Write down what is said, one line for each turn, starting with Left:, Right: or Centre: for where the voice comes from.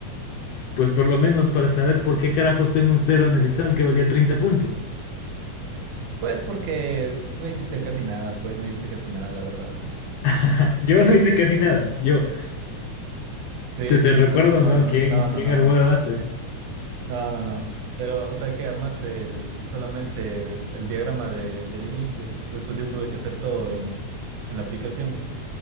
Left: Pues por lo menos para saber por qué carajos tengo un cero en el examen que valía treinta puntos.
Right: Pues porque no hiciste casi nada, pues no hiciste casi nada, la verdad, ¿no?
Left: <laughs> Yo no hice casi nada, yo.
Right: Sí,
Left: Te, te
Right: sí,
Left: recuerdo,
Right: no, no,
Left: ¿no?
Right: no,
Left: ¿Quién,
Right: no, no,
Left: quién
Right: no,
Left: armó la base
Right: no, no, no. Pero, o sea, que armaste el, solamente el, el diagrama de- del inicio. Después yo tuve que hacer todo en, en la aplicación.